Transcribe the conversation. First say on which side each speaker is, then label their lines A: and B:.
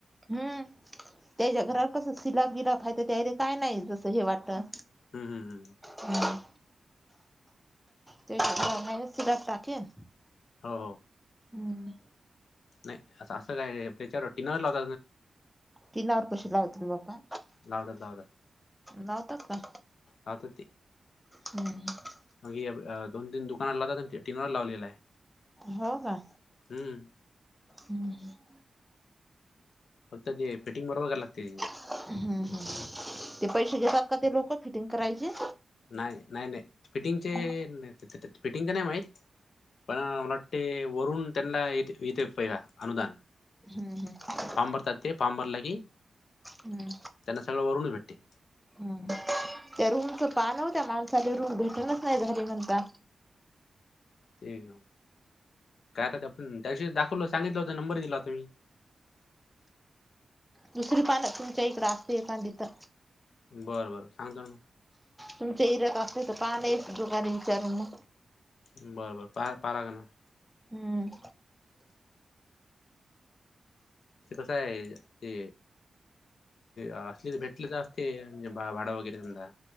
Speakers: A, in the centre; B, on the left.
A: हम्म त्याच्या घरावर
B: हम्म,
A: कस सिलाप गिलाब आहेाय तर त्यारी काय नाही जसं हे वाटतं.
B: हम्म हम्म
A: हम्म ते मा सिलाप टाके <unintelligible>
B: हो हो
A: हम्
B: नाही असं असं काय त्याच्यावर टिनवर लॉक
A: किनवर कशी लावते बापा
B: लावतात लावतात
A: लावतात का
B: राता ते
A: हम्म
B: म्ही दोन तीन दुकाना लावत टीनवर लावलेला आहे
A: हो का
B: हम्म
A: हम्म ह
B: फक्त ते फिटिंग बरोबर कयला लागते
A: हम्म हम् ते पैसे घेतात का ते लोक फिटिंग करायचे
B: नाही नाही नाही फिटिंगचे
A: हम्म
B: फिटिंग का नाही माहीत पण मला वाटते वरून त्यांना येते पहि अनुदान
A: हम् हम्
B: पाांबर त ते पाबर लाग
A: हम्म
B: त्यांना सगळं वरूनच भेटते
A: हम्म त्या रूमचं पान होत्या माणसाला रूम घटनच नाही झाले नणता
B: तेठी काय आ आपण त्याशी दाखवल सांगितलं होता नंबर दिला तुम्ही
A: दुसरी पानं तुमच्या इकडें असते एांदी तर
B: बरं बरं सांगतो म
A: तुमच्या इरत असले तर पाले एक दुकाने विचारून म
B: बरं बर पहा पारा ग ना
A: हम्म
B: ते कसं आहे ते असली तर भेटले तर असते म्हे भाडा वगैरे समधा